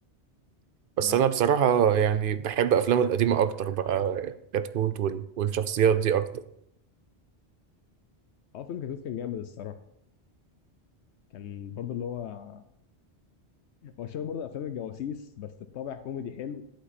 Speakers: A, on the left; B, on the right.
A: ما
B: بس انا بصراحه يعني بحب افلامه القديمه اكتر بقى كتكوت وال- والشخصيات دي اكتر
A: اه فيلم كتكوت كان جامد الصراحه كان برضه اللي هو هو شبه برضه افلام الجواسيس بس بطابع كوميدي حلو